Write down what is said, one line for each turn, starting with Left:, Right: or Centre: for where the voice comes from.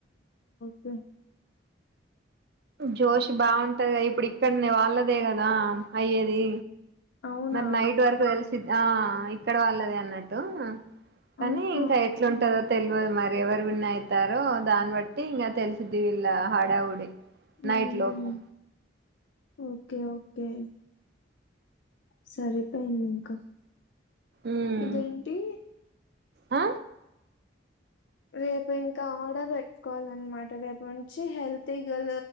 Left: కే
Right: జోష్ బాగుంటద ఇప్ ప్పుడు ఇకడ్నే వాళ్ళదే కదా అయ్యేది.
Left: అవునా?
Right: మరి నైట్ వరక్ తెలుస్ సిద్ది ఆ ఇక్కడి వాళ్ళది అన్నట్టు కానీ
Left: ఆహా!
Right: ఇంకా ఎట్లుంటదో తెలవదు మరి ఎవరు విన్ అయితారో దాన్ని బట్టి ఇంకా తెలిసిద్ది వీళ్లా హడావుడి
Left: హ్మ్.
Right: నైట్ లోపు
Left: ఓకే ఓకే సరిపోయింది ఇంకా
Right: ఉమ్
Left: ఇదేంటి
Right: ఆ
Left: రేపు ఇంకా ఆడ పె కోవాలఅనమాట రేపు నుంచి హెల్తీ గల్